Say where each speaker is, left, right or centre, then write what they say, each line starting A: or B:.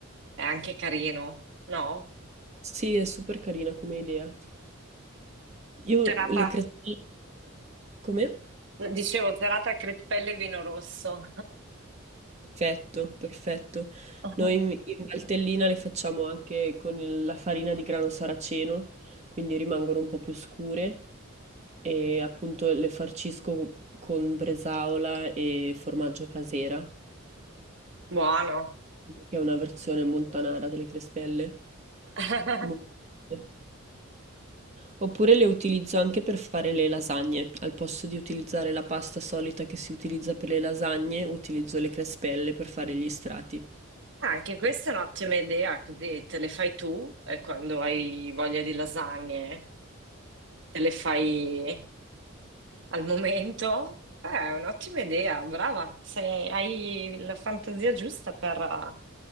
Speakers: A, on the right; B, on the right.
A: è anche carino, no?
B: Sì, è super carina come idea. Io
A: Serata,
B: le crestine... Come?
A: dicevo, serata crespelle e vino rosso.
B: Perfetto, perfetto.
A: <laughs>
B: Noi in, in Valtellina le facciamo anche con il- la farina di grano saraceno, quindi rimangono un po' più scure e appunto le farcisco con bresaola e formaggio casera,
A: Buono.
B: che è una versione montanara delle crespelle.
A: <laughs>
B: Molto buone. Oppure le utilizzo anche per fare le lasagne. Al posto di utilizzare la pasta solita che si utilizza per le lasagne, utilizzo le crespelle per fare gli strati.
A: Anche questa è un'ottima idea, così te le fai tu e quando hai voglia di lasagne te le fai al momento? Eh, è un'ottima idea, brava. Sei- hai la fantasia giusta per,